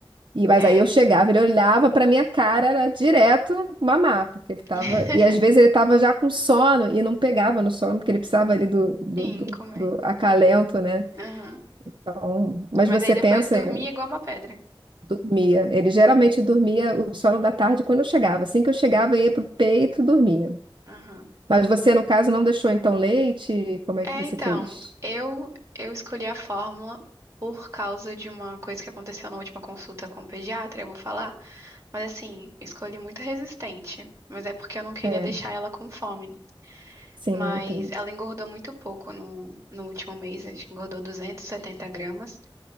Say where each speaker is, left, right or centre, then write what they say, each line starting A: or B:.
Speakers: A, on the right; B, on the right.
A: E, mas
B: é.
A: aí eu chegava, ele olhava pra minha cara, era direto mamar, porque ele tava.
B: <laughs>
A: E às vezes ele tava já com sono e não pegava no sono, porque ele precisava ali do, do,
B: Sim,
A: do,
B: comer.
A: do acalento, né?
B: Aham.
A: Então, mas
B: Mas
A: você
B: aí depois
A: pensa
B: dormia
A: em
B: igual uma pedra.
A: dormia. Ele geralmente dormia o sono da tarde quando eu chegava. Assim que eu chegava, eu ia pro peito e dormia.
B: Aham.
A: Mas você, no caso, não deixou então leite? Como é
B: É,
A: que você
B: então,
A: fez?
B: eu, eu escolhi a fórmula por causa de uma coisa que aconteceu na última consulta com o pediatra, eu vou falar. Mas assim, escolhi muito resistente. Mas é porque eu não queria
A: É,
B: deixar ela com fome.
A: sim,
B: Mas
A: entendo.
B: ela engordou muito pouco no, no último mês, acho que engordou 270 gramas.